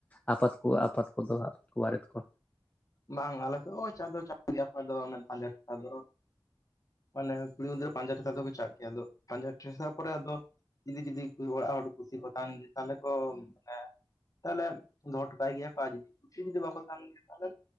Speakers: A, on the left; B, on the left.
A: ᱟᱯᱟᱛ ᱠᱚ ᱟᱯᱟᱛ ᱠᱚ ᱫᱚᱦᱚ ᱟᱯᱟᱛ ᱠᱚ ᱵᱟᱨᱮᱛ ᱠᱚ᱾
B: ᱵᱟᱝ ᱟᱞᱮ ᱱᱚᱜᱚᱭ ᱪᱟᱥ ᱫᱚ ᱵᱟᱞᱮ ᱨᱟᱠᱟᱵ ᱫᱚᱦᱚ ᱢᱟᱱᱮ ᱠᱩᱲᱤ ᱜᱤᱫᱽᱨᱟᱹ ᱯᱟᱸᱡᱟ ᱫᱚᱠᱚ ᱪᱟᱜ ᱜᱮᱭᱟ, ᱟᱫᱚ ᱯᱟᱸᱡᱟ ᱴᱮ ᱟᱫᱚ ᱡᱩᱫᱤ ᱡᱩᱫᱤ ᱚᱲᱟᱜ ᱦᱚᱲ ᱠᱩᱥᱤ ᱠᱚ ᱛᱟᱦᱮᱱ ᱜᱮ ᱛᱟᱦᱚᱞᱮ ᱠᱚ ᱢᱟᱱᱮ ᱛᱟᱦᱚᱞᱮ ᱫᱚᱦᱚ ᱦᱚᱴᱚᱠᱟᱭ ᱜᱮᱭᱟ ᱠᱚ ᱡᱩᱫᱤ ᱥᱤᱢᱜᱮ ᱡᱩᱫᱤ ᱵᱟᱠᱚ ᱛᱟᱦᱮᱱ ᱜᱮᱭᱟ ᱛᱟᱦᱚᱞᱮ